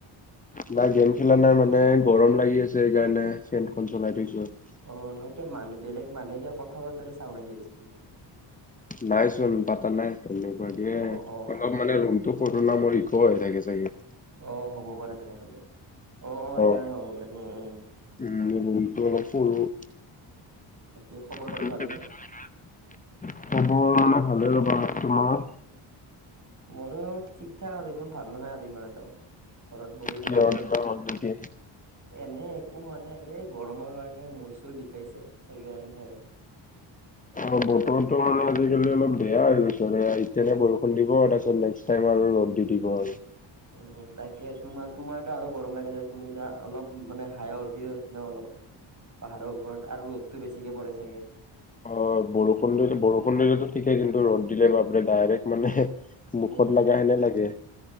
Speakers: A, on the left (about 15°); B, on the right (about 35°).
A: না গেম খেলা নাই মানে। গৰম লাগি আছে! সেইকাৰণে, ফেনখন চলাই থৈছোঁ আৰু।
B: অ'! নহয় ত' মানুহ বেলেগ মানুহে, কিয় কথা পতাৰ চাউণ্ড আহি আছিলে।
A: নাই চোন, পাতা নাই। এনেকুৱাকে,
B: অ', অ',
A: অলপ মানে, ৰুমটো ফটো নামৰ <unintelligible> হৈ থাকে চাগে!
B: অ'! হ'ব পাৰে তেনেহ'লে। অ'! সেইকাৰণে,
A: অ
B: হ'ব পাৰে। উম, উম।
A: উম, <unintelligible> অলপ সৰু।
B: তাকে, খবৰ
A: <unintelligible>
B: খাতি ভালনে?
A: খবৰ মানে, ভালে ৰ'বা। তোমাৰ?
B: মোৰো, ঠিক-ঠাক আৰু ইমান ভাল নহয় আৰু ইমান এটাওঁ। ঘৰত বহি বহিয়ে
A: কিয়
B: আৰু।
A: কিবা হ'ল নেকি?
B: এনে একো হোৱা নাই আৰু। এই, গৰমৰ কাৰণে মূৰ-চূৰ বিষাইছে! সেইকাৰণে আৰু।
A: অ'! বতৰটো মানে, আজিকালি অলপ বেয়া হৈ গৈছে। এতিয়ালে, বৰষুণ দিব। তাৰপাছত, নেক্সট টাইম আৰু ৰ'দ দি দিব আৰু।
B: উম! তাকে, তোমাৰ তোমাৰতো আৰু গৰম লাগে, তুমিতো অলপ মানে, হাই অল্টিতিউৎ ন' অলপ। পাহাৰৰ ওপৰত আৰু ৰ'দটো বেছিকে পৰে চাগে!
A: অ'! বৰষুণ দিলে, বৰষুণ দিলেটো ঠিকেই। কিন্তু, ৰ'দ দিলে, বাপৰে! ডাইৰেক্ট মানে মুখত
B: উম,
A: লগা হেনে লাগে।